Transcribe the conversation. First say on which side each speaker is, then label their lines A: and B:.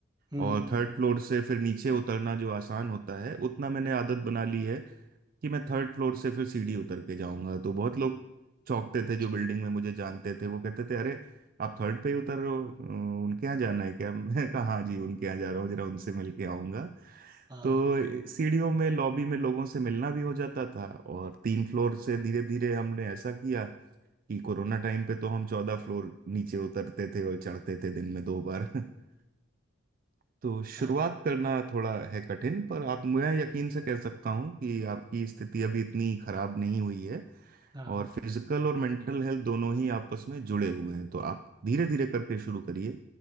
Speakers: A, on the right; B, on the right.
A: हम्म,
B: और थर्ड फ्लोर से फिर नीचे उतरना जो आसान होता है उतना मैंने आदत बना ली है कि मैं थर्ड फ्लोर से फिर सीढ़ी उतर के जाऊंगा तो बहुत लोग चौंकते
A: अच्छा
B: थे जो बिल्डिंग में मुझे जानते थे वो कहते थे अरे आप थर्ड पे ही उतर रहे हो अ, उनके यहाँ जाना है क्या <laughs> मैं कहा हाँ जी उनके यहाँ जा रहा हूँ जरा उनसे मिल के आऊंगा
A: हाँ
B: तो सीढ़ियों में लॉबी में लोगों से मिलना भी हो जाता था और तीन फ्लोर से धीरे धीरे हमने ऐसा किया कि कोरोना टाइम पे तो हम चौदह फ्लोर नीचे उतरते थे और चढ़ते थे दिन में दो बार <laughs> तो शुरुआत
A: हाँ
B: करना थोड़ा है कठिन पर आप मैं यकीन से कह सकता हूँ कि आपकी स्थिति अभी इतनी खराब नहीं हुई है
A: हाँ,
B: और फिजिकल और मेंटल हेल्थ दोनों ही आपस में जुड़े हुए हैं तो आप धीरे
A: हम्म
B: धीरे करके शुरू करिए